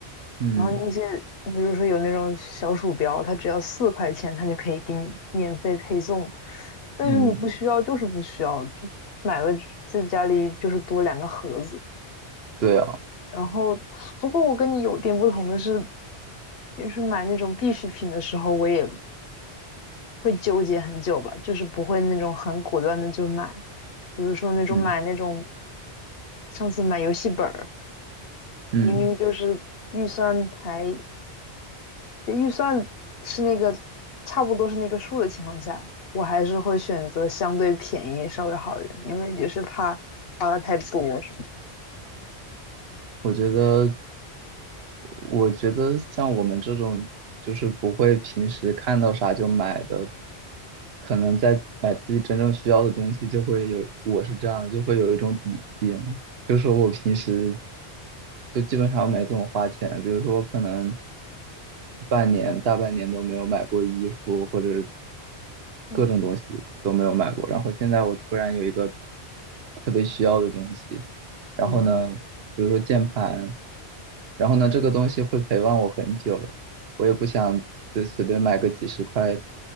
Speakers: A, on the right; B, on the left.
A: 嗯
B: 然后那些比如说有那种小鼠标，它只要四块钱，它就可以给你免费配送。但是你不需要就是不需要，
A: 嗯，
B: 就买了在家里就是多两个盒子。
A: 对啊，
B: 然后不过我跟你有点不同的是，就是买那种必需品的时候，我也会纠结很久吧，就是不会那种很果断的就买，比如说那种买那种
A: 嗯
B: 上次买游戏本儿，
A: 嗯。
B: 明明就是预算才预算是那个差不多是那个数的情况下，我还是会选择相对便宜稍微好一点，因为也是怕花的太多什么
A: 我觉得，
B: 嗯
A: 我觉得像我们这种就是不会平时看到啥就买的，可能在买自己真正需要的东西，就会有，我是这样的，就会有一种底气嘛。就是我平时就基本上没怎么花钱，比如说可能半年、大半年都没有买过衣服，或者
B: 嗯
A: 各种东西都没有买过。然后现在我突然有一个特别需要的东西，然后呢，
B: 嗯，
A: 比如说键盘，然后呢，这个东西会陪伴我很久，我也不想就随便买个几十块、